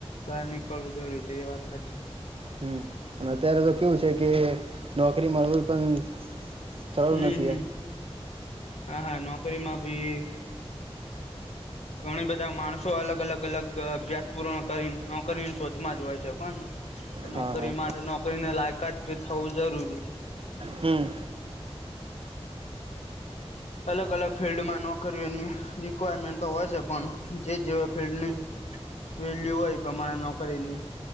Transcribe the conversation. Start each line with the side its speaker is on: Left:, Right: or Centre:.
Left: બહાર નીકળવું જરૂર છે એ વાત સાચી
Right: હમ અને અત્યારે તો કેવું છે કે નોકરી મળવી પણ સરળ
Left: હમ
Right: નથી
Left: હમ
Right: એમ
Left: હા હા નોકરીમાં બી ઘણી બધા માણસો અલગ અલગ અલગ અભ્યાસ પૂરણ કરી નોકરીને શોધમાં જ હોય છે પણ
Right: હા
Left: નોકરી
Right: હા
Left: માટે નોકરીને લાયકાત ભી થવું જરૂરી.
Right: હમ.
Left: અલગ અલગ ફિલ્ડમાં નોકરીઓની રિક્વાયરમેન્ટ તો હોય છે પણ જે જેવા ફિલ્ડની. વેલ્યુ હોય પ્રમાણે નોકરીની